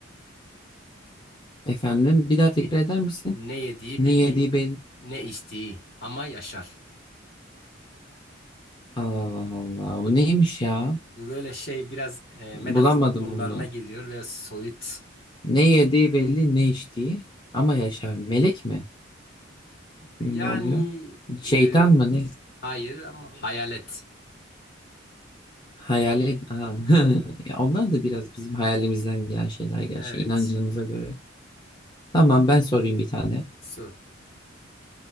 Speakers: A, on the left; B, on the left.
A: Efendim bir daha tekrar
B: Ye-
A: eder misin?
B: Ne yediği
A: Ne
B: belli,
A: yediği belli.
B: ne içtiği ama yaşar.
A: Allah Allah. Bu neymiş ya?
B: Bu böyle şey biraz e, metafizik
A: Bulamadım
B: konularına
A: bunu.
B: gidiyor ve soyut.
A: Ne yediği belli, ne içtiği. Ama yaşar. Melek mi?
B: Yani
A: Ne oluyor? Şeytan
B: e,
A: mı ne?
B: hayır ama hayalet.
A: Hayalet. Aa. <laughs> Ya Onlar da biraz bizim hayalimizden gelen şeyler gerçi.
B: Evet.
A: inancımıza göre. Tamam ben sorayım bir tane.
B: Sor.